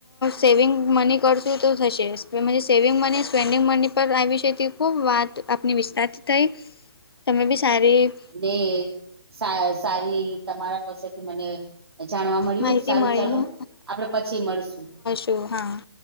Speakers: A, on the left (about 75°); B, on the right (about 85°).
A: સેવિંગ મની કરશું તો થશે સેવિંગ મની સ્પેન્ડિંગ મની પર આવી છે તે ખૂબ વાત આપની વિસ્તાર થઈ તમે બી સારી
B: ને સા સારી તમારા પાસેથી મને જાણવા મળ્યું
A: માહિતી
B: સારું
A: મળી
B: ચાલુ આપડે પછી મળશુ
A: એઉ હા.